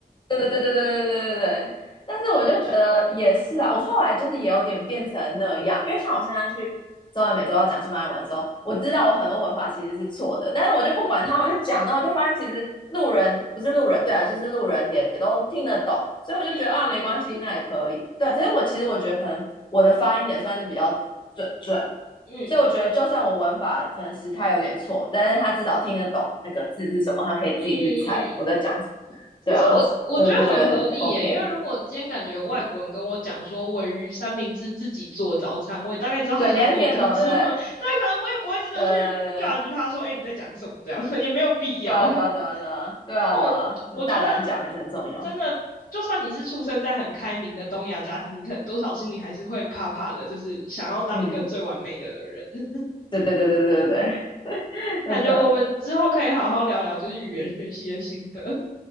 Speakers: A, on the left; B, on the left.
A: 对对对对对对对对对，但是我就觉得也是啊，我后来就是也有点变成那样，因为像我现在去中南每周要讲西班牙文的时候，我知道我很多文法其实是错的，但是我就不管它，
B: 嗯
A: 我就讲，然后我就发现其实路人不是路人，对啊，就是路人也都听得懂，所以我就觉得啊，
B: 嗯嗯
A: 没关系，那也可以。对啊，其实我其实我觉得可能我的发音也算是比较准准，
B: 嗯嗯嗯嗯嗯嗯。
A: 所以我觉得就算我文法可能时态有点错，但是他至少听得懂那个字是什么，他可以自己去猜我在讲什么。
B: 嗯嗯嗯其实我我觉得很合理耶，
A: 对啊，所以我就觉得 OK，
B: 因为如果今天感觉有外国人跟我讲说鲔鱼三明治自己做早餐，
A: 嗯，
B: 我也大概知道他想要跟我讲什么。
A: 对，你还是听得懂，对不对？
B: <laughs> 对，可能我也不会真的去
A: 对，
B: judge 他说，哎、欸你在讲什么这样，<laughs> 也没有必要。
A: 对啊，对啊，
B: <laughs>
A: 对啊，对啊，对啊，对
B: 我我觉得
A: 啊，大胆讲还是很重要。
B: 真的，就算你是出生在很开明的东亚家庭，你可能多少心里还是会怕怕的，就是想要当一个最完美的人。
A: 嗯，
B: <laughs>
A: 对对对对对对对，<laughs> 真的，
B: 感觉我们之后可以好好聊聊，就是语言学习的心得。<laughs>